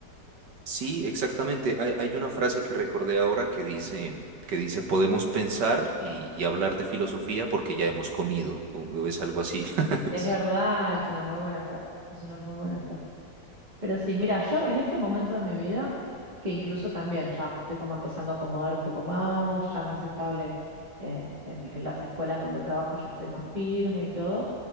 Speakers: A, on the right; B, on the right.
A: Sí, exactamente. Hay, hay una frase que recordé ahora que dice, que dice, podemos pensar y, y hablar de filosofía porque ya hemos comido, o o es algo así. <laughs>
B: Es
A: Sí.
B: verdad, es una muy buena frase, es una muy buena frase. Pero sí, mira, yo en este momento de mi vida, que incluso también ya me estoy como empezando a acomodar un poco más, ya más estable eh, en en las escuelas donde trabajo, ya estoy más firme y todo